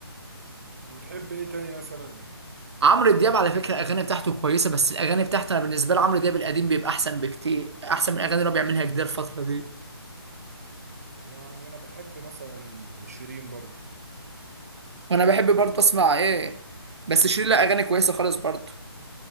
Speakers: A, on the right (about 35°); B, on the right (about 85°).
A: وبتحب ايه تاني مثلا
B: عمرو دياب على فكره الاغاني بتاعته كويسه بس الاغاني بتاعته انا بالنسبه لي عمرو دياب القديم بيبقى احسن بكتير احسن من الاغاني اللي هو بيعملها جديد الفتره دي
A: يعني انا بحب مثلا شيرين برضو
B: وانا بحب برضه اسمع ايه بس شيرين لها اغاني كويسه خالص برضه